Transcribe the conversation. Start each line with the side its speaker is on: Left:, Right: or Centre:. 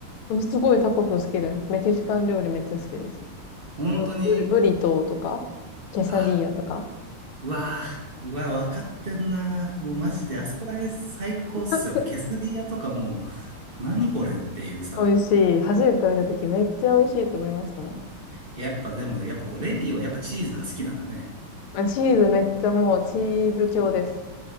Left: うんすごいタコス好きです。メキシカン料理めっちゃ好きです。
Right: 本当に、
Left: うんブリ、ブリトーとか、ケサディーヤとか。
Right: あ、うわー、うわー、わかってんな。もうマジで、あそこら辺最高っすよね。
Left: <laughs>
Right: ケサディアとかもう、何これっていうさ。
Left: 美味しい。初めて食べた時めっちゃ美味しいと思いましたもん。
Right: やっぱでも、やっぱこう、レディーはやっぱチーズが好きなんだね。
Left: あ、チーズめっちゃもうチーズ強です。